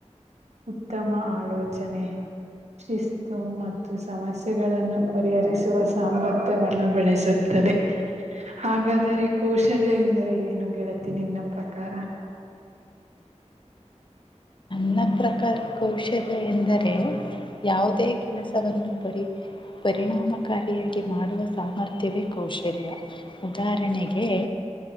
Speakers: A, on the right (about 65°); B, on the left (about 40°).
A: ಉತ್ತಮ ಆಲೋಚನೆ ಸ ಮತ್ತು ಸಮಸ್ಯೆಗಳನ್ನು ಪರಿಹರಿಸುವ ಸಾಮರ್ಥ್ಯವನ್ನು ಬೆಳೆಸುತ್ತದೆ ಹಾಗಾದರೆ ಕೌಶಲ್ಯ ಎಂದರೆ ಏನು ಗೆಳತಿ ನಿನ್ನ ಪ್ರಕಾರ <inaudible>
B: ನನ್ನ ಪ್ರಕಾರ ಕೌಶಲ್ಯ ಎಂದರೆ ಯಾವುದೇ ಕೆಲಸ ಸ ಪ ಪರಿಣಾಮಕಾರ ಮಾಡುವ ಸಾಮರ್ಥ್ಯವೇ ಕೌಶಲ್ಯ ಉದಾಹರಣೆಗೆ